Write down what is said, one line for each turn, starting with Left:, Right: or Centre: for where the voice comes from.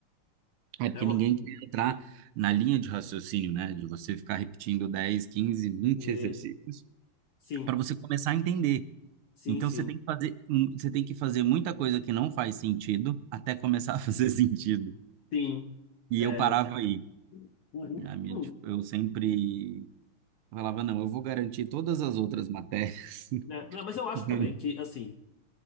Right: É porque
Left: É uma.
Right: ninguém quer entrar na linha de raciocínio, né? De você ficar repetindo dez quinze vinte
Left: é,
Right: exercícios
Left: Sim,
Right: para você começar a entender.
Left: sim,
Right: Então
Left: sim,
Right: você tem que fazer, um, você tem que fazer muita coisa que não faz sentido até começar a <laughs> fazer sentido.
Left: sim.
Right: E
Left: É.
Right: eu parava aí.
Left: Uhum,
Right: A minha,
Left: hum,
Right: dif- eu sempre falava, não, eu vou garantir todas as outras matérias.
Left: né? Não, mas eu acho
Right: <laughs>
Left: também que, assim,